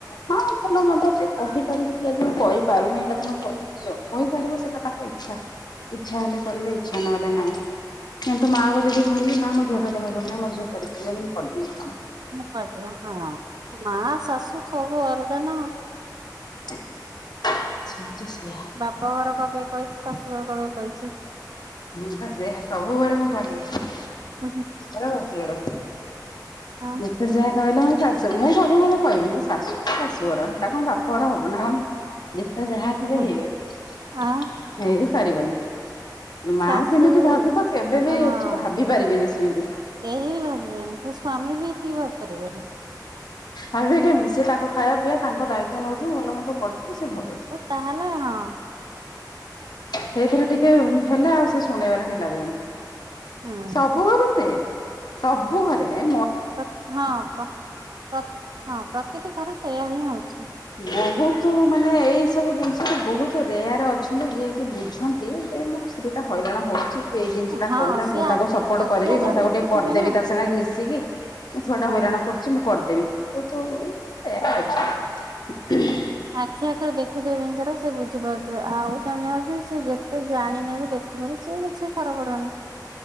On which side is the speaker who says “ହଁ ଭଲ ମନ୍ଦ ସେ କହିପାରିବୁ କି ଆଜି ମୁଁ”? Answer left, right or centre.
Left